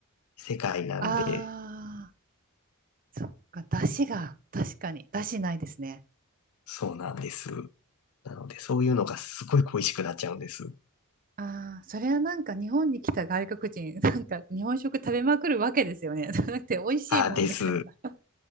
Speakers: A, on the left; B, on the right.
A: 世界なんで、
B: ああ、そっか、出汁が、確かに、出汁ないですね。
A: そうなんです。なのでそういうのがすごい恋しくなっちゃうんです。
B: ああ、それはなんか日本に来た外国人、<laughs> なんか日本食食べまくるわけですよね。<laughs> だって美味しいもんみたいな。
A: あ、です。
B: <laughs>